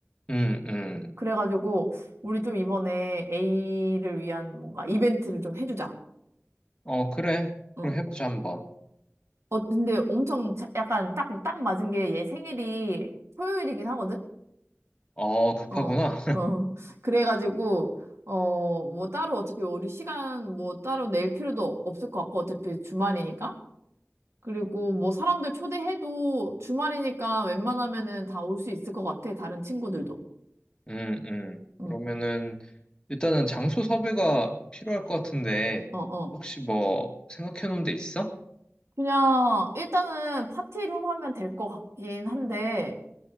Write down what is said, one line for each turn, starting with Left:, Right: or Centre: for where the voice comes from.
Left: 응, 응.
Right: 그래가지고, 우리 좀 이번에 A를 위한 뭔가 이벤트를 좀 해주자.
Left: 어, 그래.
Right: 응.
Left: 그럼 해보자 한번.
Right: 어, 근데 엄청 자- 약간 딱, 딱 맞은 게 얘 생일이 토요일이긴 하거든?
Left: 어, 급하구나.
Right: 어, 어. 그래가지고, 어, 뭐 따로 어차피 우리 시간 뭐 따로 낼 필요도 없을 것 같고, 어차피 주말이니까. 그리고 뭐 사람들 초대해도 주말이니까 웬만하면은 다 올 수 있을 것 같아. 다른 친구들도.
Left: 음, 음.
Right: 응.
Left: 그러면은 일단은 장소 섭외가 필요할 것 같은데
Right: 어, 어.
Left: 혹시 뭐 생각해 놓은 데 있어?
Right: 그냥 일단은 파티룸 하면 될 것 같긴 한데